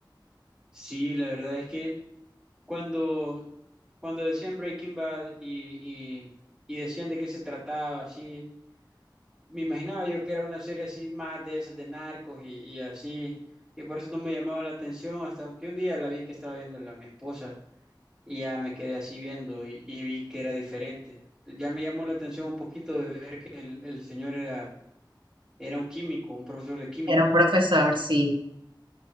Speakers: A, in the centre; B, on the right (about 80°).
A: Sí, la verdad es que cuando, cuando decían Breaking Bad y, y, y decían de qué se trataba, así. Me imaginaba yo que era una serie así más de esas de narcos y, y así, y por eso no me llamaba la atención, hasta que un día la vi que estaba viendo la mi esposa y ya me quedé así viendo y, y vi que era diferente. Ya me llamó la atención un poquito de ver que el, el señor era, era un químico, un profesor de química.
B: Era un profesor, sí.